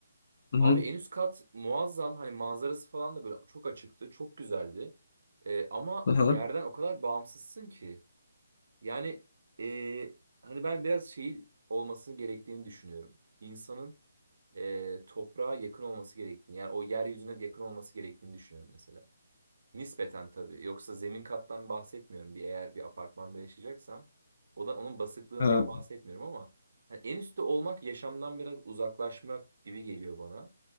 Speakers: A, on the left (about 50°); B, on the right (about 60°).
A: Hı-hı.
B: Abi en üst kat muazzam hani manzarası falan da böyle çok açıktı. Çok güzeldi. Ee, ama
A: Hı-hı.
B: yerden o kadar bağımsızsın ki. Yani ee, hani ben biraz şey olmasını gerektiğini düşünüyorum. İnsanın ee, toprağa yakın olması gerektiğini. Yani o yeryüzüne yakın olması gerektiğini düşünüyorum mesela. Nispeten tabii. Yoksa zemin kattan bahsetmiyorum. Bir eğer bir apartmanda yaşayacaksam o da onun basıklığından
A: Ha,
B: bahsetmiyorum ama hani en üstte olmak yaşamdan biraz uzaklaşmak gibi geliyor bana.